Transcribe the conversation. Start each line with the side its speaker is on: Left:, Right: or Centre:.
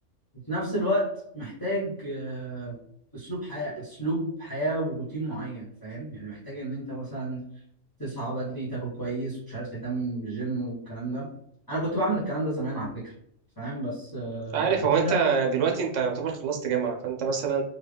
Left: وفي نفس الوقت محتاج آه، اسلوب حياة اسلوب حياة وروتين معين فاهم يعني محتاج ان انت مثلا تصحى بدري تاكل كويس ومش عارف تهتم بالجيم والكلام ده انا كنت بعمل الكلام ده زمان على فكرة فاهم بس آه،
Right: مش عارف
Left: بعد
Right: هو
Left: كده
Right: انت دلوقتي انت يعتبر خلصت جامعه فانت مثلا